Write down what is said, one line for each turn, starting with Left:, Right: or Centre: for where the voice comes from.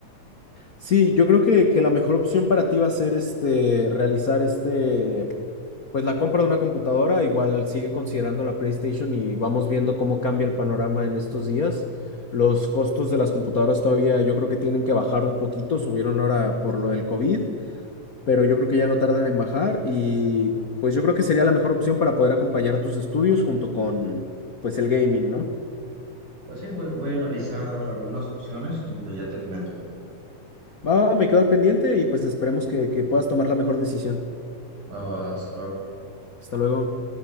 Left: Sí, yo creo que, que la mejor opción para ti va a ser este, realizar este, pues la compra de una computadora. Igual sigue considerando la PlayStation y vamos viendo cómo cambia el panorama en estos días. Los costos de las computadoras todavía yo creo que tienen que bajar un poquito, subieron ahora por lo del COVID, pero yo creo que ya no tardan en bajar y pues yo creo que sería la mejor opción para poder acompañar tus estudios junto con pues el gaming, ¿no?
Right: Pues sí, voy, voy a analizar algunas opciones y pues ya te comento.
Left: Va, me quedo al pendiente y pues esperemos que, que puedas tomar la mejor decisión.
Right: Ah, Hasta luego.
Left: Hasta luego.